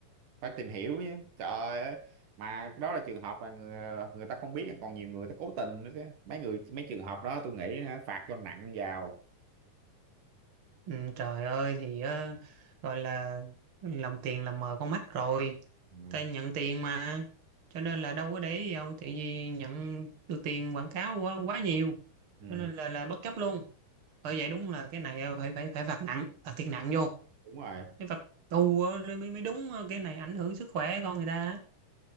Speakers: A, on the right (about 70°); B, on the right (about 40°).
A: phải tìm hiểu chứ. Trời ơi, mà đó là trường hợp là người, à, người ta không biết còn nhiều người ta cố tình nữa chứ. Mấy người mấy trường hợp đó tôi nghĩ hả, phạt cho nặng vào.
B: Ừ, trời ơi thì ờ, gọi là lòng tiền là mờ con mắt rồi
A: Ừ.
B: tay nhận tiền mà cho nên là đâu có để ý gì đâu tại vì nhận được tiền quảng cáo quá quá nhiều
A: Ừ,
B: cho nên là là bất chấp luôn bởi vậy đúng là cái này ờ, phải phải phải phạt nặng phạt thiệt nặng vô
A: đúng rồi
B: cái phạt tù ờ, mới mới đúng ờ, cái này ảnh hưởng sức khỏe con người ta